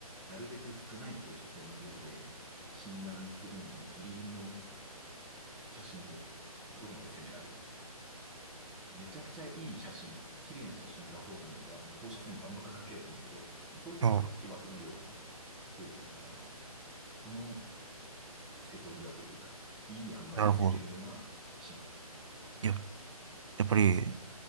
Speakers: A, in the centre; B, on the right.
A: なるべく少ない放射線の量で診断するのにギリギリの写真をどこまで攻められるか。めちゃくちゃいい写真、綺麗な写真を出そうと思えば、もう放射線バンバカかければいいんだけど、そうするとほら、
B: あ、
A: 被曝の量がね、増えちゃうから、その瀬戸際というか、いい塩梅を攻めるのが仕事って感じかな。
B: なるほど。や、やっぱり、